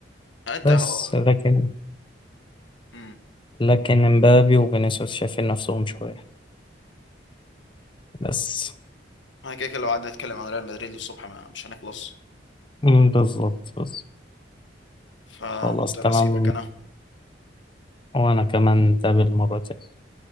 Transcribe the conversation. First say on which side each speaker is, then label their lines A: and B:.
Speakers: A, on the left; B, on the left.
A: آه، انت
B: بس
A: هو
B: لكن
A: امم
B: لكن امبابي وفينيسيوس شايفين نفسهم شوية بس
A: انا كده كده لو قعدنا نتكلم عن ريال مدريد للصبح ما... مش هنخلص
B: مم، بالظبط بالظبط
A: فمضطر
B: خلاص تمام
A: اسيبك انا
B: وأنا كمان نتقابل مرة تانية